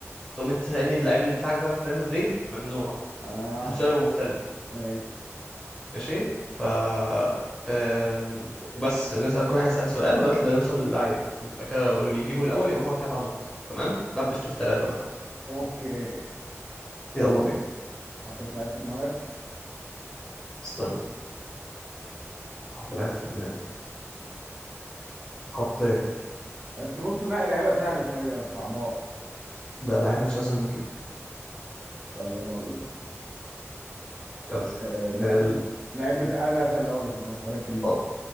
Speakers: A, on the left; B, on the right.
A: تقوم انت تسألني اللاعب اللي بتاعك ده بيلعب في ريال مدريد ممنوع
B: اه
A: لازم سؤال يبقى مختلف
B: ماشي
A: ماشي ف أم، وبس نسأل كل واحد يسأل سؤال لغاية ما يوصل للعيب انت بقى كده واللي يجيبه الأول يبقى هو كام نقط تمام لبسته في ثلاثة
B: اوكي
A: يلا بينا
B: حطيت لعيب في دماغك
A: استنى حط لعيب في دماغي حطيت
B: بس بص نقي لعيبه سهله شويه ما تصعبهاش
A: ده لعيب مفيش اسهل من كده
B: طب يلا بينا
A: يلا
B: آه، اللعيب
A: ال-
B: اللعيب بتاع انا اللي هسأل الاول لو سمحت ركب ايه
A: اتفضل